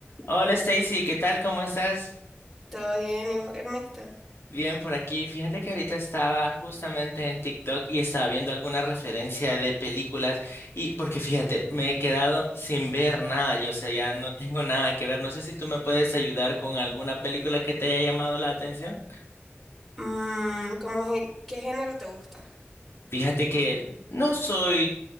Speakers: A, on the left; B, in the centre.
A: Hola Stacy, ¿qué tal? ¿Cómo estás?
B: Todo bien, ¿y vos, Ernesto?
A: Bien por aquí. Fíjate que ahorita estaba justamente en TikTok y estaba viendo alguna referencia de películas y porque fíjate, me he quedado sin ver nada, yo o sea, ya no tengo nada que ver. No sé si tú me puedes ayudar con alguna película que te haya llamado la atención.
B: Mm, ¿cómo gé- qué género te gusta?
A: Fíjate que no soy,